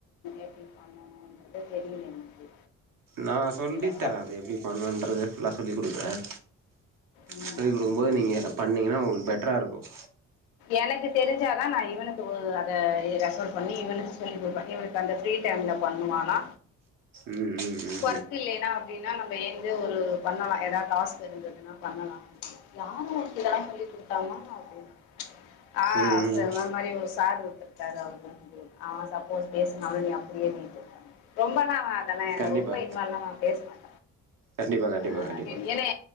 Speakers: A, on the left; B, on the right.
A: எப்படி பண்ணனோன்றது தெரியல எனக்கு
B: நான் சொல்லி
A: இந்த
B: தரேன் அது எப்படி பண்ணன்றத ஃபுல்லா சொல்லி் கொடுக்குறேன்
A: ம்
B: சொல்லி கொடுக்கும்போது நீங்க பண்ணீங்கன்னா உங்களுக்கு பெட்டரா இருக்கும்
A: எனக்கு தெரிஞ்சாதான் நான் இவனுக்கு அத ரெஃபர் பண்ணி இவனுக்கு சொல்லிடுப்பன் இவனுக்கு அந்த ஃபிரீ டைம்ல பண்ணுவானா
B: ம் ம் ம்
A: ஒர்க் இல்லலைன்னா அப்படின்னா நம்ம வேந்து ஒரு பண்ணலாம் ஏதாவது டாஸ்க் இருந்ததுன்னா பண்ணலாம் யாரும் உனக்கு இதெல்லாம் சொல்லி் கொடுத்தாமா அப்படினுன் ஆஹ்
B: ம் ம்
A: சர்வரு
B: ம்
A: மாரி ஒரு சார் ஓத்துருயிருக்காரு அவரு ஆமா சப்போஸ் பேசனாலும் நீ அப்படியே நீட்டு ரொம்பலா வேண அதல
B: கண்டிப்பா
A: ரொம்ப இன்வல்லாம் பேச மாட்டேன்
B: கண்டிப்பா கண்டிப்பா
A: ஆஹ்
B: கண்டிப்பா
A: ஏனே